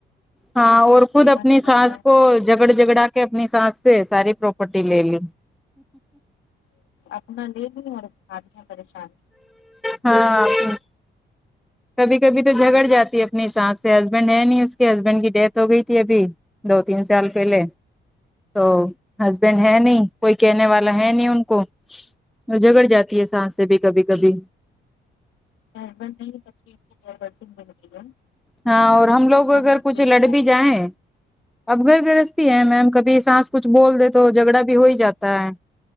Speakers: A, in the centre; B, on the left.
A: ہاں اور خود
B: سیوا
A: اپنی
B: نہیں کرتا
A: سانس
B: ہے
A: کو جگڑ جگڑا کے اپنی سانس سے ساری پراپرٹی لے لی
B: اپنا لیے بھی اور آ ہیں پریشانی
A: ہاں کبھی کبھی تو جھگڑ
B: دیکھنا،
A: جاتی ہے اپنی سانس سے ہسبینڈ ہے نہیں اس کے ہسبینڈ کی ڈیتھ ہو گئی تھی ابھی دو تین سال پہلے تو ہسبینڈ ہے نہیں کوئی کہنے والا ہے نہیں ان کو جھگڑ جاتی ہے ساس سے بھی کبھی کبھی
B: ربٹ نہیں برب بھی ملتی ہے
A: ہاں اور ہم لوگ
B: اپنا
A: اگر
B: خود
A: کچھ
B: لے لیا
A: لڑ
B: ہے،
A: بھی جائیں اب گھر گرستی ہے میم کبھی سانس کچھ بول دے تو جھگڑا بھی ہو ہی جاتا ہے